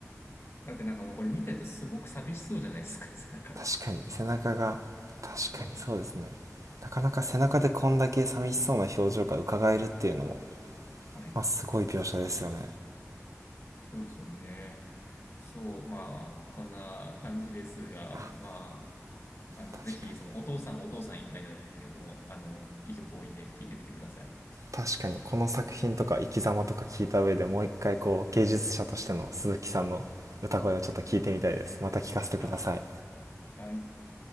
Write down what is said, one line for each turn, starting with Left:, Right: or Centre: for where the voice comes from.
Left: だってなんかもうこれ見てるとすごく寂しそうじゃないですか、<laughs> 背中が。
Right: 確かに背中が確かにそうですね
Left: そう。
Right: なかなか背中でこんだけ寂しそうな表情がうかがえるっていうのも、
Left: そう。はい。
Right: まあ、すごい描写ですよね
Left: そうですよね。そう。まあ、こんな感じですが、
Right: あ
Left: まあ、あの、
Right: 確かに
Left: ぜひ、その、お父さん、お父さん以外の曲も、あの、いい曲多いんで、聴いてみてください。
Right: 確かにこの作品とか生き様とか聞いた上でもう一回こう芸術者としての鈴木さんの歌声をちょっと聞いてみたいですまた聞かせてください
Left: はい。あ、ありがとうございます。はい。